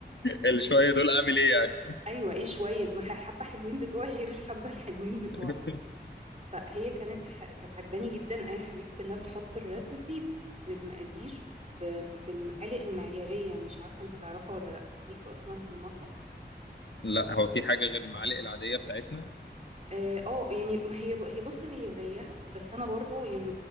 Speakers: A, on the left (about 80°); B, on the right (about 40°).
A: اللي شويه دول اعمل ايه يعني
B: ايوه ايه شوية <laughs> ما هي حبة حلوين بتوعي غير الحبة الحلوين بتوعك
A: <laughs>
B: فهي كانت ح... كانت عجباني جدا اي حبيب في انها بتحط الريسيبي بالمقادير ب... بالمعالق المعيارية مش عارفة انت تعرفها ولا لا ليك اصلا في المطبخ
A: لا هو في حاجه غير المعالق العاديه بتاعتنا
B: اه آه، يعني ما هي هي بص هي زيها بس انا برضو يعني